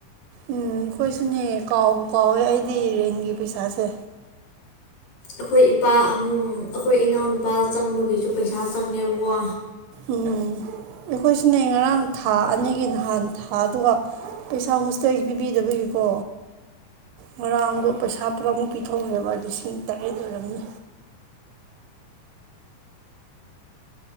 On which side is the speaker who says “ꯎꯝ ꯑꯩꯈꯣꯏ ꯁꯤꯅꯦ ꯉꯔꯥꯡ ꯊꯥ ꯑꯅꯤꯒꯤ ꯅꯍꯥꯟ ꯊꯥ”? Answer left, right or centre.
Right